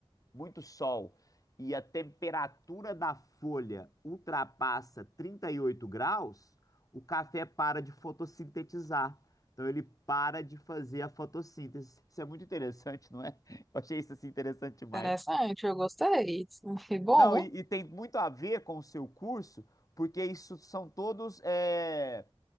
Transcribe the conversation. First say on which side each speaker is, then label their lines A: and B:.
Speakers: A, on the left; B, in the centre.
A: muito sol e a temperatura da folha ultrapassa 38 graus, o café para de fotossintetizar. Então ele para de fazer a fotossíntese. Isso é muito interessante, não é? Eu achei isso assim interessante demais.
B: interessante, eu gostei. Foi bom.
A: Não, e, e tem muito a ver com o seu curso, porque isso são todos. é,